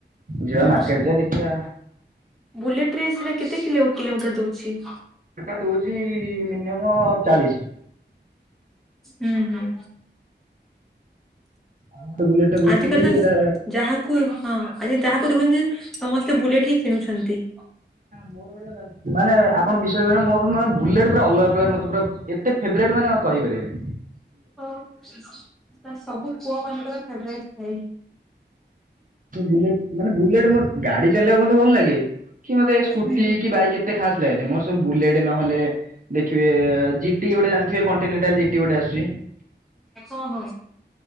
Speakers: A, on the right (about 45°); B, in the centre.
A: ଯିବା
B: ହଁ
A: ମାର୍କେଟ ଯିବା ଦେଖିବା
B: ବୁଲେଟରେ ସେଟା କେତେ କିଲୋମିଟର ଦଉଛି?
A: ସେଟା ଦଉଛି ମିନିମମ ଚାଳିଶ୍।
B: ହୁଁ-ହୁଁ।
A: ଆଉ ଗୋଟେ ବୁଲେଟ ଟେ ବୁଝିଥିଲି
B: ଆଜିକାଲି ତ
A: ଏଇଟା
B: ଯାହାକୁ ହଁ। ଆଜି ଯାହାକୁ ଦେଖୁଛନ୍ତି ସମସ୍ତେ ବୁଲେଟ ହିଁ କିଣୁଛନ୍ତି।
A: ମୋର ଗୋଟେ ମାନେ ଆପଣ ବିଶ୍ବାସ କରିବେନି ମୋର ବୁଲେଟ୍ ଅଲଗା ପ୍ରକାର ମୋତେ ପୁରା ଏତେ ଫେଭରେଟ୍ ମାନେ କହିପାରିବନି।
B: ହ ସବୁ ପୁଅ ମାନଙ୍କର ଫେବାରୀଟେ ଥାଏ।
A: ବୁଲେଟ ମାନେ ବୁଲେଟ ଗାଡି ଚଲେଇବାକୁ ମତେ ଭଲ ଲାଗେ। କି ମତେ ସ୍କୁଟି
B: ହୁଁ
A: କି ବାଇକ୍ ଏତେ ଖାସ ଲାଗେ ମୋର ସବୁ ବୁଲେଟ ନହେଲେ ଦେଖିବେ ଜିଟି ଗୋଟେ ଜାଣିଥିବେ କଣ୍ଟିନେଣ୍ଟାଲ ଜିଟି ଗୋଟେ ଆସୁଚି।
B: ଓ ହୋ।